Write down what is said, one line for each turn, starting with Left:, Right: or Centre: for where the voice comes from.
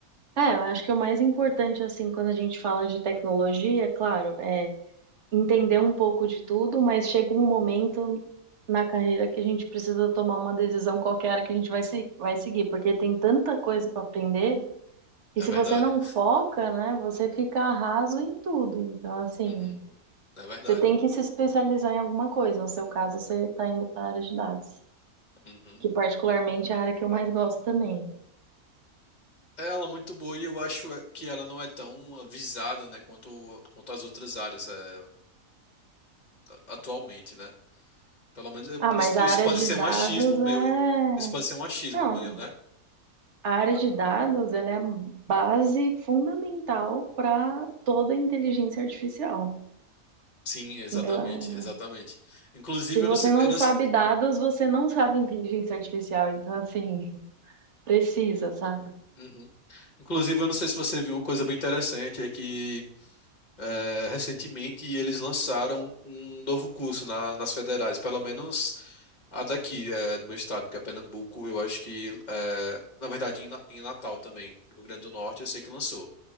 Right: É, eu acho que o mais importante, assim, quando a gente fala de tecnologia, é claro, é entender um pouco de tudo, mas chega um momento na carreira que a gente precisa tomar uma decisão qualquer que a gente vai, se, vai seguir, porque tem tanta coisa para aprender
Left: É
Right: E se
Left: verdade.
Right: você não foca, né, você fica raso em tudo. Então, assim,
Left: Uhum, é verdade.
Right: você tem que se especializar em alguma coisa. No seu caso, você está indo para a área de dados,
Left: Uhum.
Right: que particularmente é a área que eu mais gosto também.
Left: Ela é muito boa e eu acho é, que ela não é tão avisada, né, quanto, quanto as outras áreas é, a- atualmente, né? Pelo menos eu-
Right: Ah, mas
Left: isso,
Right: a
Left: isso
Right: área
Left: pode
Right: de
Left: ser
Right: dados
Left: um achismo meu.
Right: é...
Left: Isso pode ser um achismo
Right: Não,
Left: meu, né?
Right: a área
Left: Ma-
Right: de dados, ela é a base fundamental para toda a inteligência artificial.
Left: Sim, exatamente,
Right: Então,
Left: exatamente. Inclusive,
Right: se você
Left: eu não sei,
Right: não
Left: eu não,
Right: sabe
Left: se-
Right: dados, você não sabe inteligência artificial. Então, assim, <laughs> precisa, sabe?
Left: Uhum. Inclusive, eu não sei se você viu uma coisa bem interessante, é que eh, recentemente eles lançaram um novo curso na- nas federais, pelo menos a daqui, eh, do meu estado, que é Pernambuco, eu acho que, eh, na verdade, em, Na- em Natal também, no Rio Grande do Norte, eu sei que lançou,